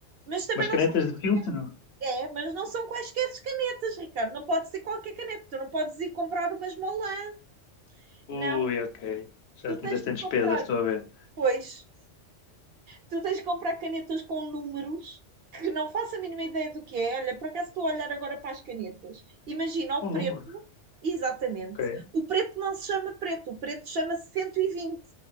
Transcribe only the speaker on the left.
mas
canetas
de filtro?
Ui,
ok. Já
te meteste
em despesas,
estou a ver.
Um
número.
Ok,